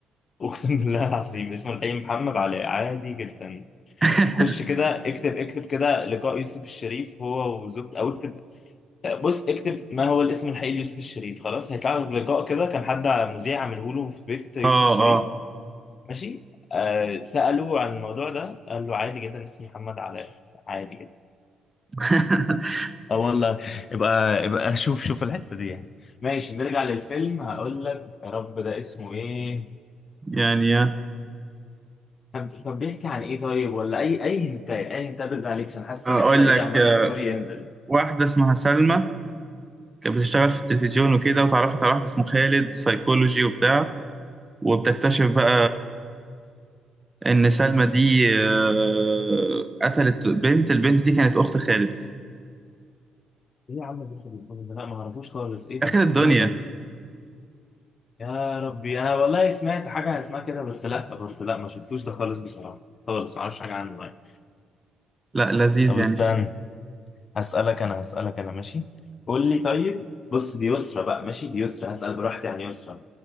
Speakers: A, on the left; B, on the right.
A: أقسم بالله العظيم اسمه الحقيقي محمد علاء عادي جدا
B: <laughs>
A: خش كده اكتب اكتب كده لقاء يوسف الشريف هو وزوجته أو اكتب آه، بص اكتب ما هو الاسم الحقيقي ليوسف الشريف خلاص هيطلع لك لقاء كده كان حد مذيع عامله له في بيت يوسف
B: اه
A: الشريف
B: اه
A: ماشي آه سألوه عن الموضوع ده قال له عادي جدا اسمي محمد علاء عادي جدا
B: <laughs>
A: اه والله يبقى يبقى <laughs> شوف شوف الحتة دي يعني ماشي نرجع للفيلم هقول لك يا رب ده اسمه ايه
B: يعني آه،
A: طب طب بيحكي عن ايه طيب ولا اي اي هنتاي اي هنتاي بالله عليك عشان حاسس
B: اقول
A: ان انا كده ايه
B: لك
A: عمال
B: آه،
A: سكوري ينزل
B: واحده اسمها سلمى كانت بتشتغل في التلفزيون وكده وتعرفت على واحد اسمه خالد سايكولوجي وبتاع وبتكتشف بقى ان سلمى دي آه، قتلت بنت البنت دي كانت اخت خالد
A: ايه يا عم اللي انت بتقوله ده لا ما اعرفوش خالص ايه
B: اخر
A: ده
B: الدنيا
A: لا طبعا يا ربي انا والله سمعت حاجة اسمها كده بس لا برضه لا ما شفتوش ده خالص بصراحة خالص ما اعرفش حاجة عنه يعني
B: لا لذيذ
A: طب استنى
B: يعني في
A: هسألك أنا هسألك أنا ماشي قول لي طيب بص دي يسرى بقى ماشي دي يسرى هسأل براحتي عن يسرى